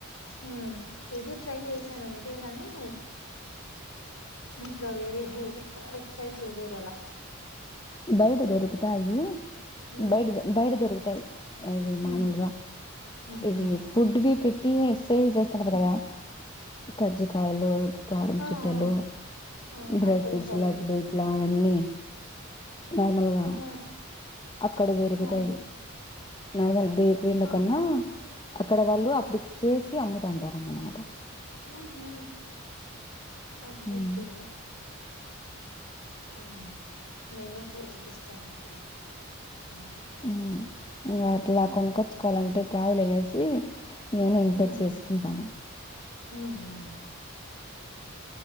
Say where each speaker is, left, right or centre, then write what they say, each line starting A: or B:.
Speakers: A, on the left; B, on the left.
A: హ ఇది ట్రై చేశాను అంతేగాని ఇంకా వేరే హెవికా ట్రై చేయలేదలా
B: బయట దొరుకుతాయి,
A: ఉమ్
B: బయట బయట దొరుకుతాయి ఇవి మామూలుగా
A: ఉమ్ ఉమ్
B: ఇవి
A: ఉమ్
B: ఫుడ్వి పి టీ సేల్ చేస్తుంటరు కదా కర్జికాయలు కారం
A: ఆ
B: చుట్టలు,
A: ఆ ఆ
B: డ్రై
A: అత్రసాలు
B: ఫ్రూట్స్ లడ్లు ఇట్లా వన్ని నార్మల్గా,
A: ఆ
B: అక్కడ దొరుకుతాయి
A: ఆ
B: నార్మల్ బేకరీల
A: ఆహా
B: కన్నా అక్కడ వాళ్ళు అప్పటికి చేసి అమ్ముత్ అంటారన్నమాట
A: ఊు ఉ ఓకేకే
B: ఉమ్
A: ఉమ్ నేను ట్రై చేస్తాను ఇప్పుడే నేనంతే
B: ఉమ్ ఇంగ అట్లా కొనుక్కొచ్చుకోవాలంటే కాదులనేసి నేను ఇంట్లో
A: ఉమ్
B: చేసుకుంటాను
A: ఉమ్ ఉమ్